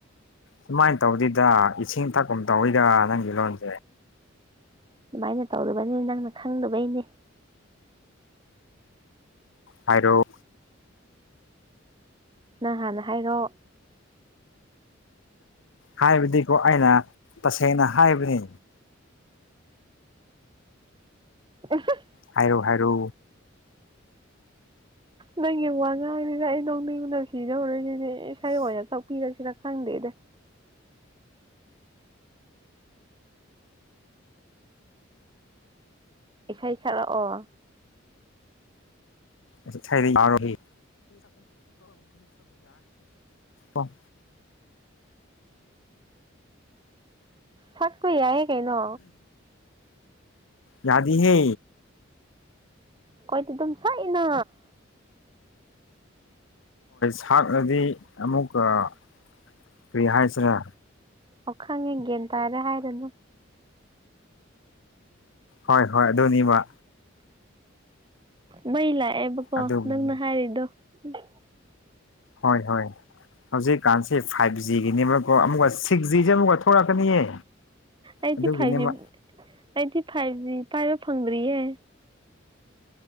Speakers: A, on the left (about 75°); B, on the right (about 25°).
A: ꯁꯨꯃꯥꯏꯅ ꯇꯧꯗꯣꯏꯗ ꯏꯁꯤꯡ ꯊꯛꯄ ꯇꯧꯋꯤꯗ ꯅꯪꯒꯤ ꯂꯣꯟꯁꯦ
B: ꯑꯗꯨꯃꯥꯏꯅ ꯇꯧꯗꯕꯅꯤ ꯅꯪꯅ ꯈꯪꯗꯕꯩꯅꯦ
A: ꯍꯥꯏꯔꯣ
B: ꯅꯪ ꯍꯥꯟꯅ ꯍꯥꯏꯔꯣ
A: ꯍꯥꯏꯕꯗꯤꯀꯣ ꯑꯩꯅ ꯇꯁꯦꯡꯅ ꯍꯥꯏꯕꯅꯤ
B: ꯑꯍꯥ
A: ꯍꯥꯏꯔꯣ ꯍꯥꯏꯔꯣ
B: ꯅꯪꯒꯤ ꯋꯥ ꯉꯥꯡꯁꯤꯗ ꯑꯩ ꯅꯣꯛꯅꯤꯡꯕꯅꯥ ꯁꯤꯗꯧꯔꯦ ꯏꯁꯩ ꯑꯣꯏꯅꯥ ꯁꯛꯄꯤꯔꯁꯤꯔ ꯈꯪꯗꯦꯗ ꯏꯁꯩꯥ ꯁꯛꯂꯛ ꯑꯣ
A: ꯏꯁꯩꯗꯤ ꯌꯔꯣꯏꯍꯦ <unintelligible>
B: ꯁꯛꯄꯥ ꯌꯥꯏꯌꯦ ꯀꯩꯅꯣ
A: ꯌꯥꯗꯤ ꯍꯦ
B: ꯑꯩꯈꯣꯏꯗꯤ ꯑꯗꯨꯝ ꯁꯛꯑꯦꯅꯥ
A: ꯊꯥꯛꯅꯗꯤ ꯑꯃꯨꯛꯀ ꯀꯔꯤ ꯍꯥꯏꯁꯤꯔꯦ
B: ꯑꯣ ꯈꯪꯅꯤꯡꯗꯔ ꯇꯥꯔꯦ ꯍꯥꯏꯔꯅꯨ
A: ꯍꯣꯏ ꯍꯣꯏ ꯑꯗꯨꯅꯦꯕ
B: ꯃꯩ ꯂꯥꯛꯑꯦꯕꯀꯣ
A: ꯑꯗꯨꯒꯤꯅꯤ
B: ꯅꯪꯅ ꯍꯥꯏꯔꯤꯗꯣ ꯗ
A: ꯍꯣꯏ ꯍꯣꯏ ꯍꯧꯖꯤꯛꯀꯥꯟꯁꯦ ꯐꯥꯏꯚ ꯖꯤꯒꯤꯅꯦꯕꯀꯣ ꯑꯃꯨꯛꯀ ꯁꯤꯛꯁ ꯖꯤꯁꯦ ꯑꯃꯨꯛꯀ ꯊꯣꯛꯂꯛꯀꯅꯤꯌꯦ
B: ꯑꯩꯗꯤ
A: ꯑꯗꯨꯒꯤꯅꯦꯕ
B: ꯐꯥꯏꯚ ꯖꯤ ꯑꯩꯗꯤ ꯐꯥꯏꯚ ꯖꯤ ꯄꯥꯏꯕ ꯐꯪꯗ꯭ꯔꯤꯌꯦ